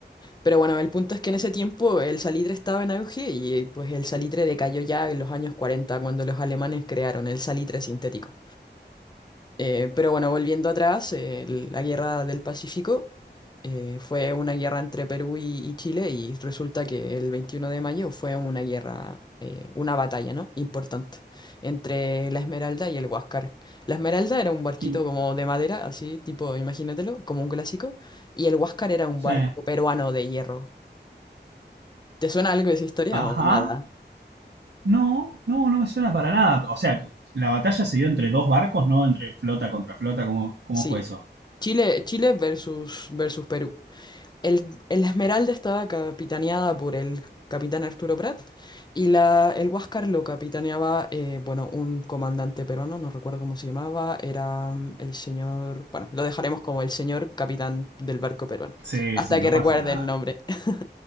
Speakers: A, on the left; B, on the right.
A: Pero bueno, el punto es que en ese tiempo el salitre estaba en auge y eh, pues el salitre decayó ya en los años 40 cuando los alemanes crearon el salitre sintético. Eh, pero bueno, volviendo atrás, eh, la guerra del Pacífico eh, fue una guerra entre Perú y, y Chile y resulta que el 21 de mayo fue una guerra, eh, una batalla, ¿no? Importante entre la Esmeralda y el Huáscar. La Esmeralda era un barquito
B: ¿Quién?
A: como de madera, así, tipo, imagínatelo, como un clásico, y el Huáscar era un
B: Sí.
A: barco peruano de hierro. ¿Te suena algo de esa historia
B: Ajá.
A: o nada?
B: No, no, no me suena para nada. O sea, que la batalla se dio entre dos barcos, ¿no? Entre flota contra flota, ¿cómo, cómo
A: Sí.
B: fue eso?
A: Chile, Chile versus, versus Perú. El, el Esmeralda estaba capitaneada por el capitán Arturo Prat y la, el Huáscar lo capitaneaba, eh, bueno, un comandante peruano, no recuerdo cómo se llamaba, era mm, el señor, bueno, lo dejaremos como el señor capitán del barco peruano,
B: Sí,
A: hasta
B: sí, no
A: que recuerde
B: pasa nada.
A: el nombre. <laughs>